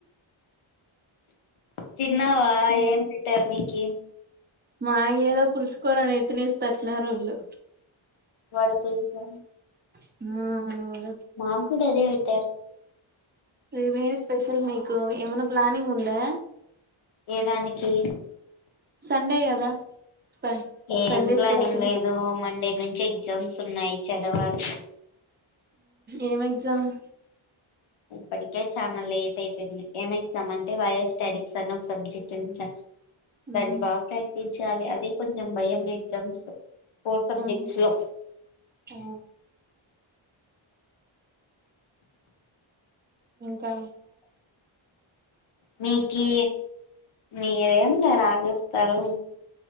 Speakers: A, on the left; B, on the right.
A: తిన్నావా ఏం పెట్టారు మీకి
B: మాకేదో పులుసు కూర నెత్తినేసి తట్టినారు ఒళ్ళు
A: వాడ పులుసా
B: ఆ
A: మాగూడా అదే వెట్టారు
B: రేపె ఎ స్పెషల్ మీకు ఏమన్న ప్లానింగ్ ఉందా
A: ఇ దానికి
B: సండే కదా ప
A: ఏం
B: సండే
A: ప్లానింగ్
B: స్పెషల్స్
A: లేదు మండే నుంచి ఎగ్జామ్స్ ఉన్నాయ్ చదవాలి
B: ఏం ఎగ్జామ్
A: ఇప్పటికే చాలా లేట్ అయిపోయింది ఏం ఎగ్జామ్ అంటే బయోస్టెటిక్స్ అని ఒక సబ్జెక్ట్ నుంచి
B: ఉమ్
A: దాన్ని బాగా ప్రాక్టి చాలి అదే కొంచెం భయం ఎగ్జామ్స్ ఫోర్ సబ్జెక్ట్స్
B: అవును
A: లో
B: ఆ ఇంకా
A: మీకి మీరేం లే రాసెస్తారు